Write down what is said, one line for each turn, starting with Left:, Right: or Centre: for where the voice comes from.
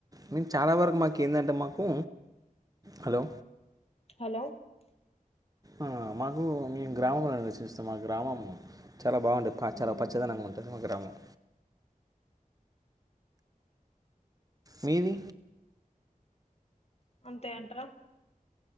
Right: మేము చాలా వరకు మాకి కిందంటె మాకు హలో
Left: హలో
Right: ఆ మాకు మేము గ్రామంలో నివసిస్తాం మా గ్రామం చాలా బాగుంటది పచ్చా చాలా పచ్చదనంగా ఉం ఉంటది మ గ్రామం మీది
Left: అంతే అంటారా